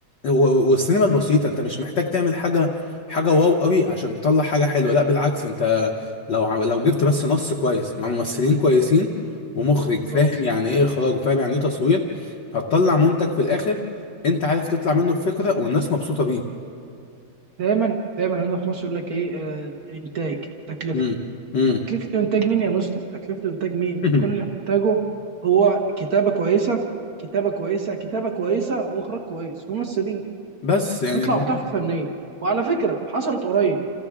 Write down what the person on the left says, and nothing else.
و- والسينما البسيطة انت مش محتاج تعمل حاجة حاجة واو قوي عشان تطلع حاجة حلوة لا بالعكس انت لو عم- لو جبت بس نص كويس مع ممثلين كويسين ومخرج
فاهم يعني ايه اخراج وفاهم يعني ايه تصوير هتطلع منتج في الاخر انت عارف تطلع منه بفكرة والناس مبسوطة بيه
امم امم
<laughs>
بس يعني
الم-